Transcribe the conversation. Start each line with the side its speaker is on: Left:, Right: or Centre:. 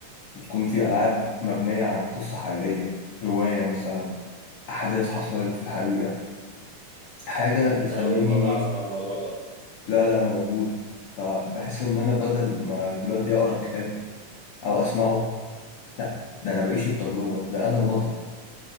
Left: بتكون في العاب مبنيه عن قصه حقيقيه روايه مثلا احداث حصلت في الحقيقه حاجه بتخليني
Right: أنا أول مرة
Left: ايه
Right: أسمع الموضوع ده
Left: لا لا موجود فبحس ان انا بدل ما دلوقتي اقرا الكتاب او اسمعه لا ده انا بعيش التجربه ده انا البطل